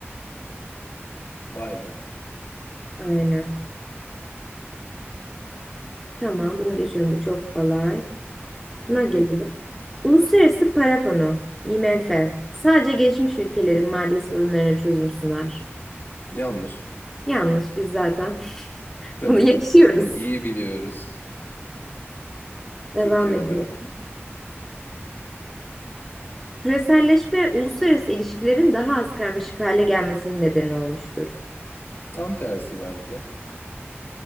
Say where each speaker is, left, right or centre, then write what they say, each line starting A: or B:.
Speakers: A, on the left; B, in the centre.
A: Vay be.
B: Aynen. Tamam bunu geçiyorum bu çok kolay. Buna
A: Hı hı.
B: gelelim. Uluslararası Para Fonu IMF sadece gelişmiş ülkelerin mali sorunlarına çözüm sunar.
A: Yanlış.
B: Yanlış biz zaten <laughs>
A: Tabii
B: bunu yaşıyoruz.
A: ki. Bunu iyi biliyoruz
B: Devam
A: Türkiye
B: ediyorum.
A: olarak.
B: Küreselleşme uluslararası ilişkilerin daha az karmaşık hale gelmesinin nedeni olmuştur.
A: Tam tersi bence.